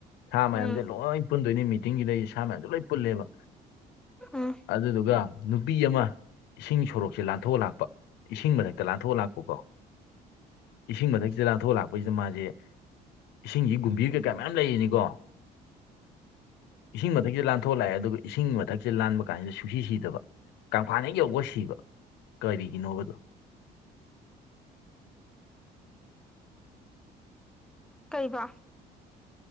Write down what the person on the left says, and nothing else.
ꯁꯥ ꯃꯌꯥꯝꯁꯦ
ꯂꯣꯏ ꯄꯨꯟꯗꯣꯏꯅꯤ ꯃꯤꯇꯤꯡ ꯁꯤꯗꯩꯁ ꯁꯥ ꯃꯌꯥꯝꯁꯦ ꯂꯣꯏ ꯄꯨꯜꯂꯦꯕ
ꯑꯗꯨꯗꯨꯒ ꯅꯨꯄꯤ ꯑꯃ ꯏꯁꯤꯡ ꯁꯣꯔꯣꯛꯁꯦ ꯂꯥꯟꯊꯣꯛꯑ ꯂꯥꯛꯄ ꯏꯁꯤꯡ ꯃꯊꯛꯇ ꯂꯥꯟꯊꯣꯛꯑ ꯂꯥꯛꯄꯀꯣ ꯏꯁꯤꯡ ꯃꯊꯛ ꯁꯤꯗ ꯂꯥꯟꯊꯣꯛꯑ ꯂꯥꯛꯄꯁꯤꯗ ꯃꯥꯁꯦ ꯏꯁꯤꯡꯒꯤ ꯒꯨꯝ ꯕꯤꯔ ꯀꯩꯀꯥ ꯃꯌꯥꯝ ꯂꯩꯔꯤꯅꯤꯀꯣ ꯏꯁꯤꯡ ꯃꯊꯛꯁꯤꯗ ꯂꯥꯟꯊꯣꯛꯑ ꯂꯥꯛꯑꯦ ꯑꯗꯨꯒ ꯏꯁꯤꯡ ꯃꯊꯛꯁꯤꯗ ꯂꯥꯟꯕ ꯀꯥꯟꯁꯤꯗ ꯁꯨꯡꯁꯤ ꯁꯤꯗꯕ ꯀꯪꯐꯥꯟ ꯍꯦꯛ ꯌꯧꯕꯒ ꯁꯤꯕ ꯀꯔꯤꯒꯤꯅꯣꯕ ꯑꯗꯣ